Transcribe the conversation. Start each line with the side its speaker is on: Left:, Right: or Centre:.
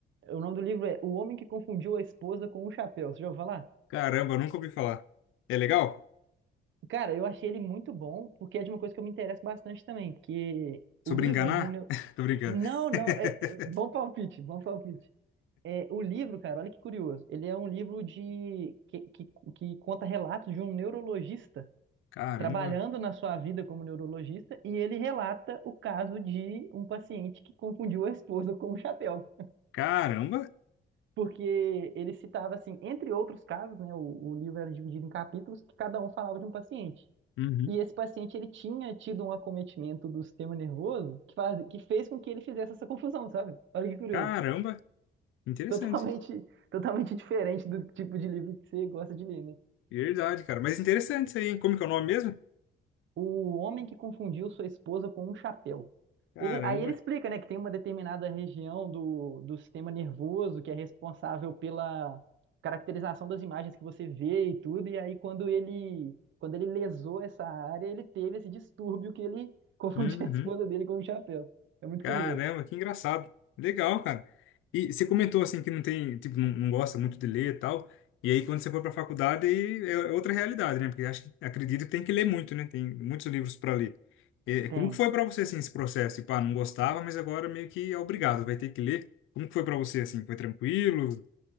Right: O nome do livro é O Homem que Confundiu a Esposa com o Chapéu. Você já ouviu falar?
Left: Caramba, nunca ouvi falar. É legal?
Right: Cara, eu achei ele muito bom, porque é de uma coisa que eu me interesso bastante também, porque
Left: Sobre
Right: o livro
Left: enganar?
Right: é de um... neu-
Left: <laughs> Tô brincando.
Right: Não, não, é...
Left: <laughs>
Right: é- bom palpite, bom palpite. É, o livro, cara, olha que curioso, ele é um livro de que, que, que conta relatos de um neurologista
Left: Caramba.
Right: trabalhando na sua vida como neurologista, e ele relata o caso de um paciente que confundiu a esposa com o chapéu.
Left: Caramba.
Right: Porque ele citava, assim, entre outros casos, né, o, o livro era dividido em capítulos, que cada um falava de um paciente.
Left: Uhum.
Right: E esse paciente ele tinha tido um acometimento do sistema nervoso que, faz, que fez com que ele fizesse essa confusão, sabe? Olha que curioso.
Left: Caramba. Interessante.
Right: Totalmente, <laughs> totalmente diferente do tipo de livro que você gosta de ler, né?
Left: Verdade, cara. Mas interessante isso aí, hein? Como que é o nome mesmo?
Right: O homem que confundiu sua esposa com um chapéu.
Left: Caramba.
Right: Ele, aí ele explica, né, que tem uma determinada região do, do sistema nervoso que é responsável pela caracterização das imagens que você vê e tudo. E aí quando ele, quando ele lesou essa área, ele teve esse distúrbio que ele <laughs> confundia
Left: Uhum.
Right: a esposa dele com um chapéu. É muito
Left: Caramba,
Right: curioso.
Left: que engraçado. Legal, cara. E você comentou assim que não tem, tipo, não, não gosta muito de ler e tal. E aí quando você foi para a faculdade aí é é outra realidade, né? Porque acho que acredito que tem que ler muito, né? Tem muitos livros para ler. É,
Right: Tem.
Left: como que foi para você assim esse processo? Tipo, ah, não gostava, mas agora meio que é obrigado, vai ter que ler. Como que foi para você assim? Foi tranquilo?